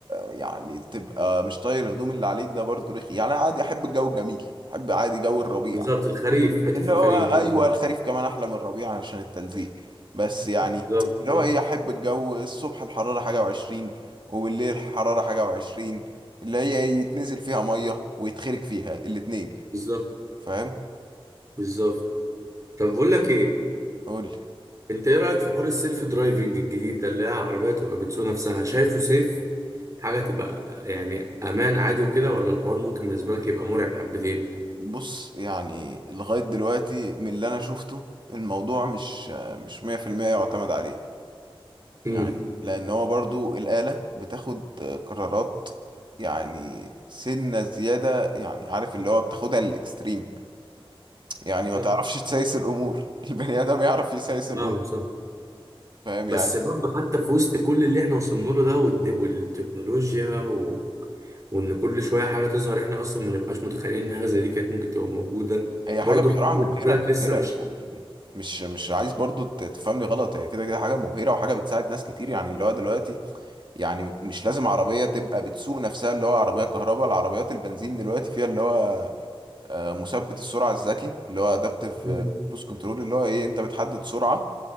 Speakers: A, on the right (about 55°); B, on the right (about 35°).
A: يعني تبقى مش طاير الهدوم اللي عليك ده برضو رخي يعني انا عادي احب الجو الجميل احب عادي جو الربيع
B: بالظبط الخريف حته
A: اللي هو
B: الخريف دي مثلا
A: ايوه الخريف كمان احلى من الربيع عشان التلزيق بس يعني
B: بالظبط
A: اللي
B: فاهم؟
A: هو ايه احب الجو الصبح الحراره حاجه وعشرين وبالليل الحراره حاجه وعشرين اللي هي إيه، يتنزل فيها ميه ويتخرج فيها الاتنين
B: بالظبط
A: فاهم
B: بالظبط طب بقول لك ايه
A: قول لي
B: انت ايه رأيك في حوار السيلف درايفنج الجديد ده اللي هي عربية تبقى بتسوق نفسها شايفه سيف حاجة تبقى يعني امان عادي وكده ولا الحوار ممكن بالنسبة لك يبقى مرعب حبتين
A: بص يعني لغايه دلوقتي من اللي انا شفته الموضوع مش مش 100% يعتمد عليه يعني
B: امم
A: لان هو برضو الاله بتاخد قرارات يعني سنه زياده يعني عارف اللي هو بتاخدها للاكستريم يعني ما
B: بالظبط
A: تعرفش تسايس الامور <laughs> البني ادم يعرف يسايس الامور
B: اه صح
A: فاهم
B: بس
A: يعني
B: برضه حتى في وسط كل اللي احنا وصلنا له ده والد- والتكنولوجيا و... وان كل شوية حاجة تظهر احنا اصلا ما نبقاش متخيلين ان حاجة زي دي كانت ممكن تبقى موجودة
A: هي
B: برضه
A: حاجه بصراحه
B: الحوار
A: مبهره
B: بالنسبة
A: مبهره
B: لك لسه مش
A: يعني مش مش عايز برضو ت- تفهمني غلط هي كده كده حاجه مبهره وحاجه بتساعد ناس كتير يعني اللي هو دلوقتي يعني مش لازم عربيه تبقى بتسوق نفسها اللي هو عربيه كهرباء العربيات البنزين دلوقتي فيها اللي هو آه، مثبت السرعه الذكي اللي هو ادابتيف
B: مم.
A: كروز كنترول اللي هو ايه انت بتحدد سرعه